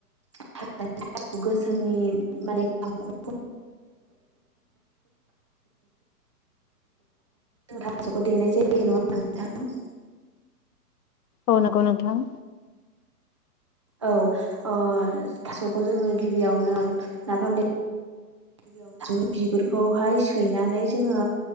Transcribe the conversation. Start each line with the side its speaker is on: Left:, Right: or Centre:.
Right: <unintelligible> गोसोमनि माने <unintelligible> थास'खौ देनाय जायो नङा होनबा नोंथां <unintelligible>
Left: औ नगौ नोंथां।
Right: औ अ थास'खौ जोङो गिबियावनो नाफाम दे <unintelligible> बिगुरफोरखौहाय सैनानै जोङो